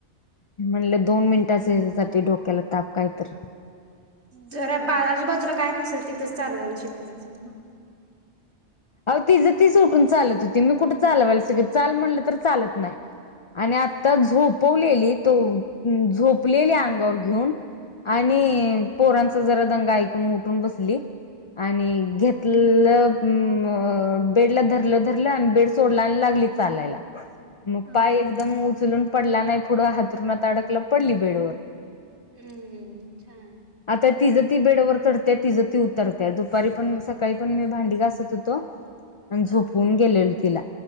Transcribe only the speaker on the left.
म्हणले दोन मिनिटाच्या ह्याच्यासाठी डोक्याला ताप कायतर
अहो तिझं ती उठून चालत होती मी कुठं चालवायला चाल म्हणलं तर चालत नाही. आणि आत्ता झोपवलेली तो झोपलेली अंगावर घेऊन आणि
पोरांचा जरा दंगा ऐकून उठून बसली आणि घेतलं अ बेड ला धरलं धरलं आणि बेड सोडला आणि लागली चालायला मग
पाय
एकदम उचलून पडला नाही पुढं हथरुणात अडकला पडली बेडवर
आता तिजं ती बेडवर चढत्या तिजं ती उतरत्या दुपारी पण सकाळी पण मी भांडी घासत होत आणि झोपून
गेलेलो तिला